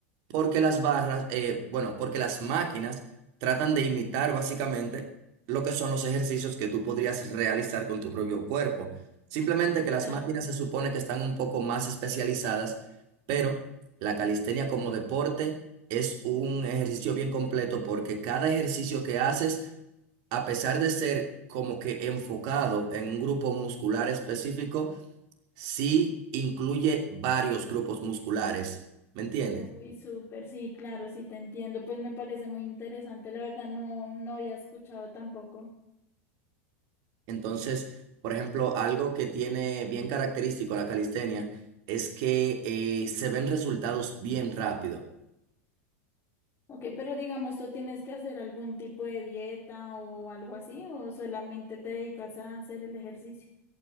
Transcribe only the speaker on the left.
sí,
claro.
Uy, súper, sí, claro, sí te entiendo. Pues me parece muy interesante. La verdad no, no había escuchado tampoco.
Ok, pero digamos, ¿tú tienes que hacer algún tipo de dieta o algo así? ¿O solamente te dedicas a hacer el ejercicio?